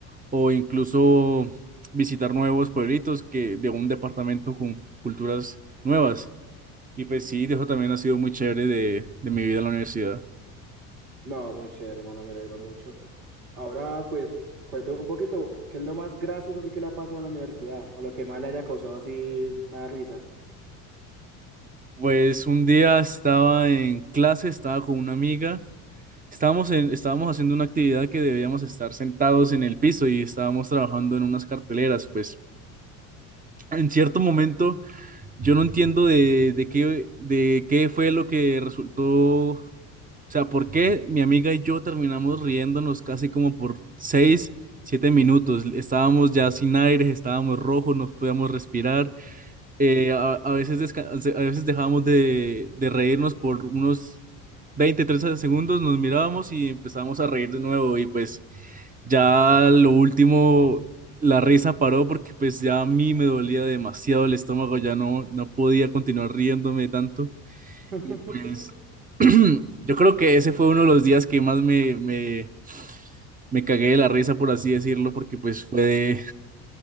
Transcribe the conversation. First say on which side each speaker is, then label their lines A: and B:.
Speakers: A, on the right; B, on the right.
A: o incluso visitar nuevos pueblitos que de un departamento con culturas nuevas. Y pues sí, eso también ha sido muy chévere de, de mi vida en la universidad.
B: No, muy chévere, mano, me alegro mucho. Ahora, pues, cuéntame un poquito, ¿qué es lo más gracioso así que le ha pasado en la universidad? O lo que más le haya causado así una risa.
A: Pues un día estaba en clase, estaba con una amiga, estábamos, en- estábamos haciendo una actividad que debíamos estar sentados en el piso y estábamos trabajando en unas carteleras, pues en cierto momento yo no entiendo de, de qué, de qué fue lo que resultó O sea, ¿por qué mi amiga y yo terminamos riéndonos casi como por seis, siete minutos? Estábamos ya sin aire, estábamos rojos, no podíamos respirar. Eh, a, a veces desca- a veces dejábamos de, de reírnos por unos 20 30 segundos, nos mirábamos y empezábamos a reír de nuevo. Y pues ya lo último, la risa paró porque pues ya a mí me dolía demasiado el estómago, ya no, no podía continuar riéndome tanto.
B: <laughs>
A: Y pues <clears throat> yo creo que ese fue uno de los días que más me, me, me cagué de la risa, por así decirlo, porque pues fue, <laughs> de-